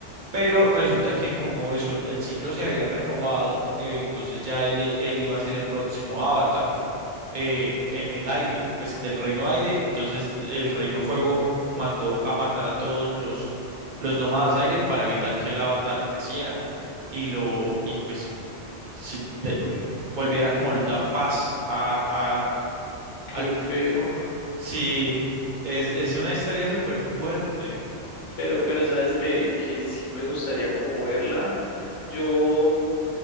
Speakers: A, on the right; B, on the left.
A: pero resulta que como eso, el ciclo se había renovado, eh, entonces ya él, él iba a ser el próximo avatar eh, en el aire, pues del reino aire, entonces el reino fuego mandó a matar a todos los, los nómadas aire para evitar que el avatar creciera y lo, y pues si- de-
B: Uy,
A: volviera como la paz a, a-
B: qué
A: al
B: feo.
A: Sí, es, es una historia súper fuerte.
B: Pero, pero sabes que, que sí me gustaría como verla. Yo,